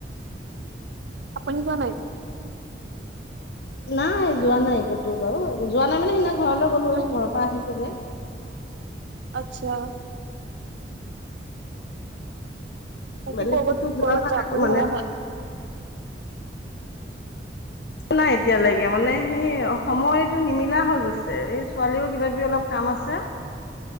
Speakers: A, on the right; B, on the left.
A: আপুনি যোৱা নাই?
B: নাই যোৱা নাই ক'তো বাৰু যোৱা নাই মানে সেইদিনা ঘৰলৈ গ'লো
A: উম
B: ঘৰৰ পৰা আহি তবে
A: আচ্ছা। বাকি
B: বেলেগ
A: ক'ৰবাত
B: ক'তো যোৱা
A: ক'ৰবাত
B: নাই
A: যাম বুলি
B: মানে
A: ভাবা নাই?
B: নাই এতিয়ালৈকে মানে সেই সময়টো নিমিলা হৈ গৈছে এই ছোৱালীও কিবা কিবি অলপ কাম আছে।